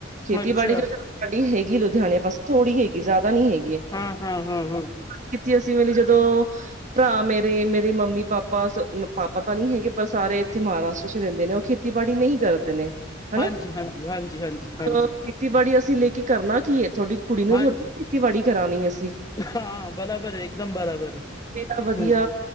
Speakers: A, on the right (about 40°); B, on the left (about 20°).
A: ਖੇਤੀਬਾੜੀ
B: ਅੱਛਾ
A: ਚ ਸਾਡੀ ਹੈਗੀ ਲੁਧਿਆਣੇ ਪਾਸੇ ਥੋੜੀ ਹੈਗੀ ਜ਼ਿਆਦਾ ਨੀ ਹੈਗੀ ਹੈ।
B: ਹਾਂ ਹਾਂ ਹਾਂ ਹੂ।
A: ਕੀਤੀ ਅਸੀਂ ਮੇ ਲਈ ਜਦੋਂ ਭਰਾ ਮੇਰੇ ਮੇਰੇ ਮੰਮੀ ਪਾਪਾ ਪਾਪਾ ਤਾਂ ਨਹੀਂ ਹੈਗੇ ਪਰ ਸਾਰੇ ਇੱਥੇ ਮਹਾਰਾਸ਼ਟਰ ਚ ਰਹਿੰਦੇ ਨੇ ਉਹ ਖੇ ਖੇਤੀਬਾੜੀ ਨਹੀਂ ਕਰਦੇ ਨੇ
B: ਹਾਂਜੀ
A: ਹਨਾ।
B: ਹਾਂਜੀ ਹਾਂਜੀ ਹਾਂਜੀ ਹਾਂਜੀ ਹਾਂਜੀ
A: ਖੇਤੀਬਾੜੀ ਅਸੀਂ ਲੈ ਕੇ ਕਰਨਾ ਕੀ ਹੈ ਤੁਹਾਡੀ ਕੁੜੀ ਨੂੰ
B: ਹਾਂਜੀ
A: ਤੁ ਖੇਤੀਬਾੜੀ ਕਰਾਣੀ ਅਸੀਂ।
B: ਹਾਂ ਬਰਾਬਰ ਹੈ ਇੱਕਦਮ ਬਰਾਬਰ।
A: ਇਹ ਤਾਂ ਵਧੀਆ
B: ਹ